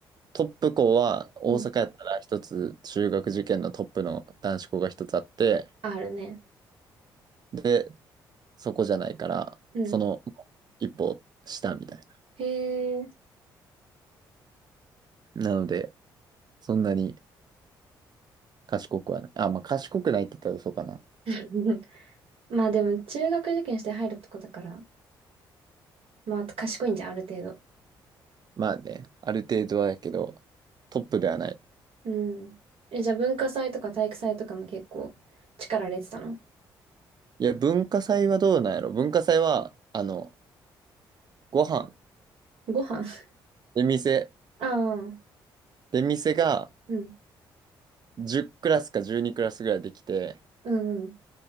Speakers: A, on the right (about 35°); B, on the right (about 55°).
A: トップ校は大阪やったら一つ中学受験のトップの男子校が一つあって、
B: うん。あるね。
A: で、そこじゃないから、
B: うん。
A: その一歩下みたい
B: へえ。
A: な。なので、そんなに賢くはない。あ、まあ賢くないって言ったらそうかな。
B: <laughs> まあでも中学受験して入るとこだから、まあ賢いんじゃん、ある程度。
A: まあね、ある程度はやけど、トップではない。
B: うん。え、じゃあ文化祭とか体育祭とかも結構力入れてたの
A: いや、文化祭はどうなんやろ文化祭は、あの、ご飯、
B: ご飯 <laughs>
A: 出店、
B: ああ、
A: 出店が
B: うん。
A: 10クラスか12クラスぐらいできて、
B: うんうん。